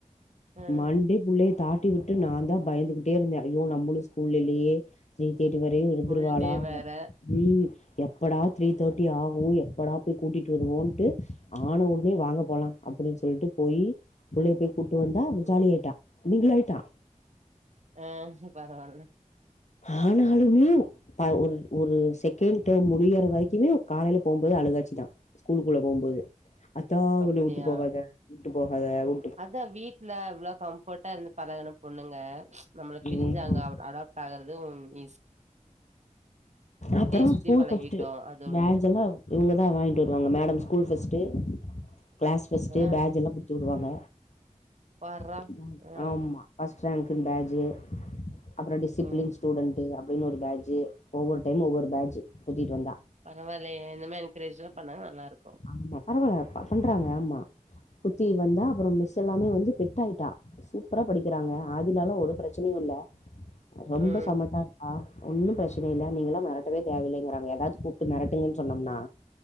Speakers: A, on the right; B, on the left.
A: அ
B: மண்டே புள்ளைய தாட்டி விட்டு நா தா பயந்துகிட்டே இருந்தே ஐயோ நம்மளு ஸ்கூல்ல இல்லயே த்ரி தேட்டி வரையு இருந்திருவாளா
A: ஃபுல் டே வேற
B: எ ம் எப்படா த்ரீ தேட்டி ஆகோ எப்படா போய் கூட்டிட்டு வருவோன்ட்டு ஆன உட்னே வாங்க போலா அப்படி சொல்ட்டு போயி புள்ளைய போய் கூட்டு வந்தா அவ
A: ம்
B: ஜாலியாய்ட்டா மிங்களாய்ட்டா
A: ஆ பரவால்ல
B: ஆனாலுமே ப ஒரு ஒரு செகண்ட் டேம் முடியிற வரைக்கிமே காலைல போம்போது அழுகாச்சிதா. ஸ்கூலுக்குள்ள போம்போது ஆத்தா
A: அப்டியா
B: உள்ளயே உட்டு போகாத உட்டு போகாத உ
A: அதா வீட்ல இவ்ளோ கம்ஃபட்டா இருந்து பழகன பொண்ணுங்க நம்மள பிரிஞ்சு
B: ம்
A: அங்க அவ்டு அடா டாகறதும் ஈசி
B: அப்புறோ
A: சுத்தி
B: ஸ்கூல்
A: பழகிட்டோ
B: ஃபஸ்டு.
A: அது ஒண்ணு
B: பேட்ஜ் எல்லா இவுங்கதா வாய்ங்ட்டு வருவாங்க madam school first. Class first
A: ஆ
B: பேஜ் எல்லா குத்தி உடுவாங்க
A: பார்றா
B: <unintelligible>
A: ஆ
B: ஆமா. ஃபஸ்ட் ரேங்க்குன் பேஜு அப்புறோ டிசிப்ளின்
A: ம்
B: ஸ்டூடண்டு அப்டின் ஒரு பேஜு. ஒவ்வொரு டைமு ஒவ்வொரு பேஜு குத்திட்டு வந்தா.
A: பரவால்லயே இந்த மாரி என்கரேஜ்லாம் பண்ணா நல்லாரு
B: ஆமா பரவால ப பண்றாங்க ஆமா குத்தி வந்தா அப்புறோ மிஸ் எல்லாமே வந்து பெட்டாயிட்டா. சூப்பரா படிக்கிறாங்க ஆதிலால ஒரு பிரச்சினியு இல்ல ரொம்ப
A: ம்
B: சமத்தாருப்பா. ஒன்னும் பிரச்சன இல்ல நீங்கள்லா மெரட்டவே தேவையில்லைங்கறாங்க எதாவ்து கூப்ட்டு மெரட்டுங்கன் சொன்னம்னா